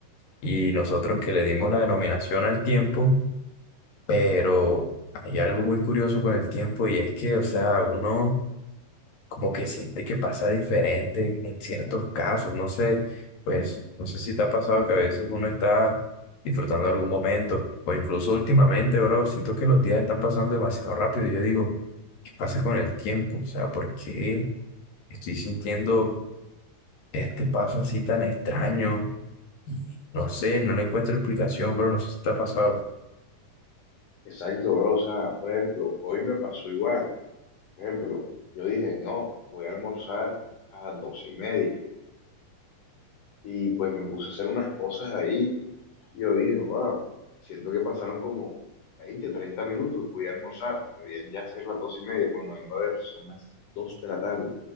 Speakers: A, on the left; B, on the left.
A: y nosotros que le dimos la denominación al tiempo, Pero hay algo muy curioso con el tiempo y es que, o sea, uno como que siente que pasa diferente en ciertos casos. No sé, pues, no sé si te ha pasado que a veces uno está disfrutando de algún momento o incluso últimamente, bro, siento que los días están pasando demasiado rápido. y Yo digo, ¿qué pasa con el tiempo? O sea, ¿por qué estoy sintiendo este paso así tan extraño? Y no sé, no le encuentro explicación, bro, no sé si te ha pasado.
B: Exacto, bro, o sea, por ejemplo, hoy me pasó igual, por ejemplo, yo dije, no, voy a almorzar a las doce y media. Y pues me puse a hacer unas cosas ahí. Y yo dije, wow, siento que pasaron como 20 30 minutos. Voy a almorzar. Deberían ya ser las dos y media. Cuando vengo a ver, son las 2 de la tarde.